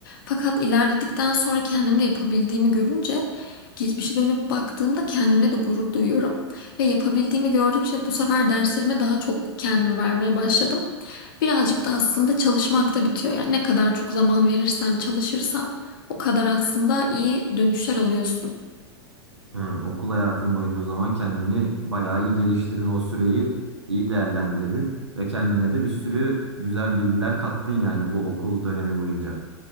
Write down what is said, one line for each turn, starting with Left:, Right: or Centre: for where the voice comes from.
Left: Fakat ilerledikten sonra kendimde yapabildiğimi görünce geçmişe dönüp baktığımda kendimle de gurur duyuyorum. Ve yapabildiğimi gördükçe bu sefer derslerime daha çok kendimi vermeye başladım. Birazcık da aslında çalışmakta bitiyor. Yani ne kadar çok zaman verirsen, çalışırsan o kadar aslında iyi dönüşler alıyorsun.
Right: Ha, okul hayatın boyunca o zaman kendini bayağı iyi geliştirdin. O süreyi iyi değerlendirdin ve kendine de bir sürü güzel bilgiler kattın yani bu okul dönemi boyunca.